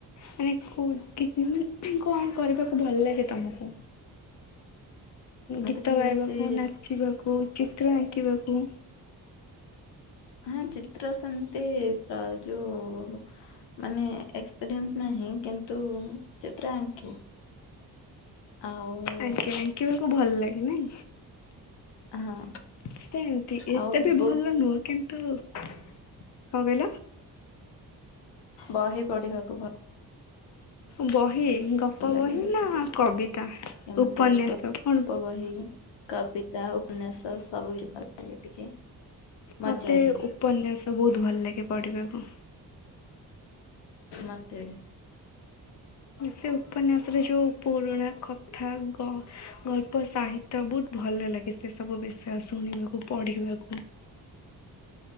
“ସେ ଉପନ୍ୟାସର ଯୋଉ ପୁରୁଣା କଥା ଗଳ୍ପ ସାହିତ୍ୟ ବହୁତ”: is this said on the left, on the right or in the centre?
Left